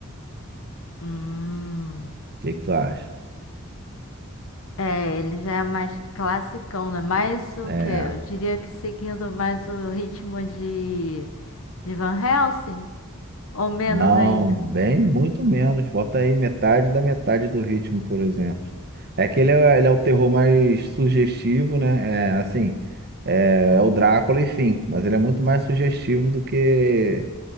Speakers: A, on the left (about 65°); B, on the right (about 45°).
A: Hum.
B: que que tu acha?
A: É, ele já é mais classicão, né? Mais o
B: É.
A: quê? Eu diria que seguindo mais o ritmo de, de Van Helsing, ou menos
B: Não,
A: ainda.
B: bem muito menos. Bota aí metade da metade do ritmo, por exemplo. É que ele é, ele é o terror mais sugestivo, né? É assim, é, é o Drácula, enfim, mas ele é muito mais sugestivo do que